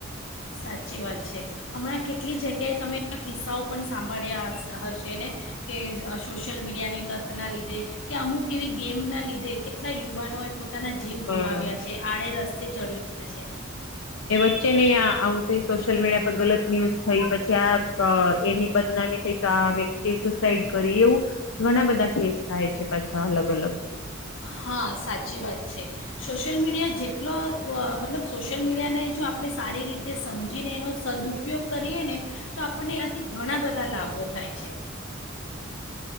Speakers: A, on the left (about 70°); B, on the left (about 85°).
A: સાચી વાત છે. હમણાં કેટલી જગ્યાએ તમે આ કિસ્સાઓ પણ સાંભળ્યા હ હશે, ને કે સોશિયલ મીડિયાની લતના લીધે, કે અમુક એવી ગેમના લીધે કેટલા યુવાનોએ. પોતાના જીવ ગુમાવ્યા
B: બરાબર
A: છે. આડે રસ્. તે ચઢી જછે.
B: એ વચ્ચે નહી આ આવું થઈ સોશિયલ મીડિયા પર ગલત ન્યૂઝ થઈ, પછી આ એની બદનામી થઈ તો, આ વ્યક્તિએ સુસાઈડ કરી એવું ઘણા બધા કેસ થાય છે. પાછા અલગ અલગ.
A: હા સાચી વાત છે. સોશિયલ મીડિયા જેટલો, મતલબ સોશિયલ મીડિયાને જો આપણે સારી રીતે સમજીને એનો સદપયોગ કરીએ ને તો આપણને એથી ઘણા બધા લાભો થાય છે.